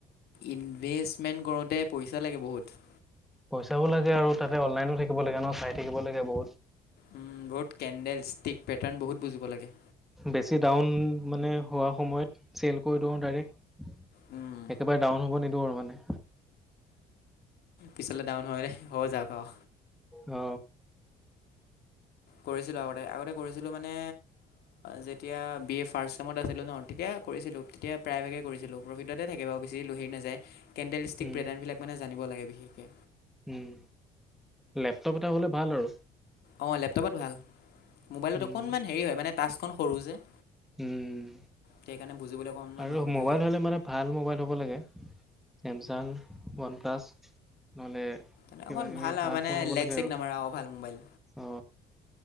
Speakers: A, on the left (about 70°); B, in the centre.
A: ইনভেষ্টমেন্ট কৰোতে পইচা লাগে বহুত
B: পইচাও লাগে আৰু তাতে অনলাইনো থাকিব লাগে ন চাই থাকিব লাগে বহুত
A: উ বত কেণ্ডেল ষ্টিক পেটাৰণ বহুত বুজিব লাগে
B: বেছি ডাউন মানে হোৱা সময়ত চেল কৰি দিও ডাইৰেক্ট
A: উম,
B: একেবাৰে ডাউন হব নিদিওঁ আৰু মানে
A: পিচল ডাউন হয় নৰে হ যাব খও
B: অ
A: কৰিছিলো আগতে আগতে কৰিছিলো মানে যেতিয়া বি এ ফাৰ্ষ ত আছিলো ন তেতিয়া কৰিছিলো তেতিয়া প্ৰায়ভাগে কৰিছিলো প্ৰফিটতে থাকে বাৰু বেছি লোহে নাযায় কেণ্ডেল ষ্টিক
B: উম
A: প্ৰেদানবিলাক মানে জানিব লাগে বিশেষকে
B: উম লেপটপ এটা হ'লে ভাল আৰু
A: অঁ লেপটপত ভাল মোবাইলত
B: উম
A: অকণমান হেৰি হয় মানে টাছখন সৰু যে
B: উম
A: সেইকাৰণে বুজিবলৈ অকণমান
B: আৰু
A: অসুবিধা
B: মোবাইল
A: হয়।
B: হলে মানে ভাল মোবাইল হ'ব লাগে চছেমচাং ওৱান প্লাছ নহ'লে
A: নে
B: কিবা
A: অকখন
B: কিবি
A: ভাল মানে
B: ফোন হ'ব
A: লেগ
B: লাগে
A: চেগ
B: আৰু
A: নামাৰা অ ভাল মোবাইল
B: অ